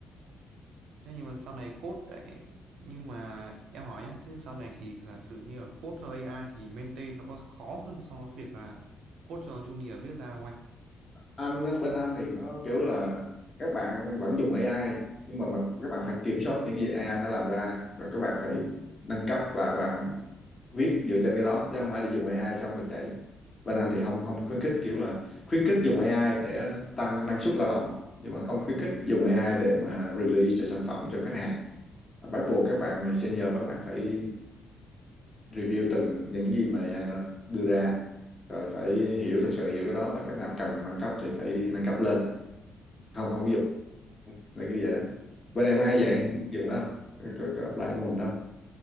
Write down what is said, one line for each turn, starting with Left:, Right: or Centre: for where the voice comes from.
Right: Thế nhưng mà sau này code đấy nhưng mà em hỏi nhá, thế sau này thì giả sử như là code cho AI thì maintain nó có khó hơn so với việc là code cho junior viết ra không anh?
Left: Anh á, bên anh thì nó kiểu là các bạn vẫn dùng AI nhưng mà bạn, các bạn phải kiểm soát những gì AI nó làm ra rồi các bạn phải nâng cấp và bạn viết dựa trên cái đó chứ không phải là dùng AI xong là chạy bên anh thì không không khuyến khích kiểu là khuyến khích dùng AI để tăng năng suất lao động nhưng mà không khuyến khích dùng AI để mà release cho sản phẩm cho khách hàng bắt buộc các bạn senior các bạn phải review từng những gì mà AI nó đưa ra rồi phải hiểu thực sự hiểu cái đó và cái nào cần nâng cấp thì phải nâng cấp lên không không ví dụ là kiểu vậy đó bên em có hay dạy
Right: Ờ,
Left: dụng đó không có, có apply cái mô hình đó